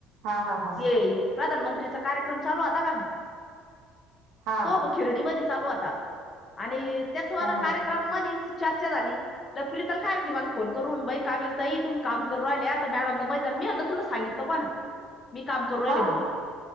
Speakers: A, on the right; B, on the left.
A: हा हा हा
B: ते ते प्रधानमंत्रीचा कार्यक्रम चालू आता का
A: हा हा
B: तो खिरडीमध्ये चालू होता आणि त्याच वा
A: हा
B: कार्यक्रममधी चर्चा झाली. प्रीतल काय म्हणती मला फोन करून बाई कावेरी ताई तुम्ही काम करू राहिल्या मॅडमला माहित झालं मीम्हणलं. तुला सांगितलं कोण मी काम करू राहिले
A: हा
B: म्हणून